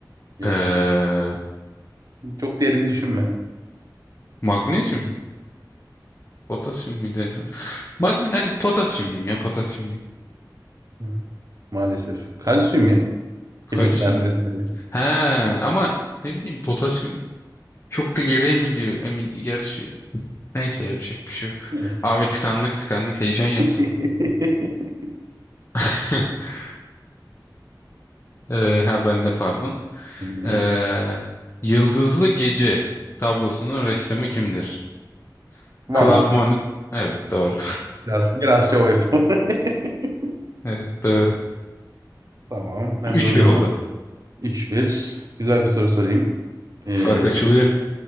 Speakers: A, on the right; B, on the left.
A: Yok
B: Ee,
A: yok. Çok derin düşünme.
B: magnezyum mu? Potasyum muydu acaba? Magne hadi potasyum diyeyim ya potasyum diyeyim.
A: Hı hı. Maalesef. Kalsiyum ya.
B: Kalsiyum
A: Kemikler
B: muydu?
A: vesaire.
B: He ama ne bileyim potasyum çok da geri emiliyor emin gerçi. Neyse yapacak bir şey yok.
A: Neyse
B: Abi
A: neyse.
B: tıkandık tıkandık heyecan yaptım.
A: <laughs>
B: <laughs> Ee, ha ben de pardon.
A: Ben de-
B: Ee, Yıldızlı Gece tablosunun ressamı kimdir?
A: Van
B: Claude
A: Gogh.
B: Monet. Evet doğru.
A: Biraz, biraz şov yapalım. <laughs>
B: <laughs> Evet doğru.
A: Tamam. Ben
B: 3-1
A: de o zaman
B: oldu.
A: üç bir Güzel bir soru sorayım. Ee,
B: Fark açılıyor.